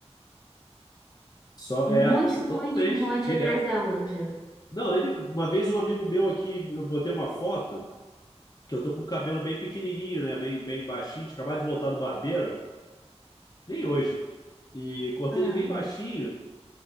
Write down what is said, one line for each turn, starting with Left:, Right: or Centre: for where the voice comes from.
Left: Só,
Centre: Um
Left: é,
Centre: monte,
Left: isso
Centre: um
Left: totalmente,
Centre: monte, um monte
Left: direto.
Centre: atrás da outra.
Left: Não, eu uma vez um amigo meu aqui, eu botei uma foto. que eu tô com o cabelo bem pequenininho, né? Bem, bem baixinho. Tinha acabado de voltar do barbeiro, que nem hoje. E cortei
Centre: Ah,
Left: ele bem baixinho.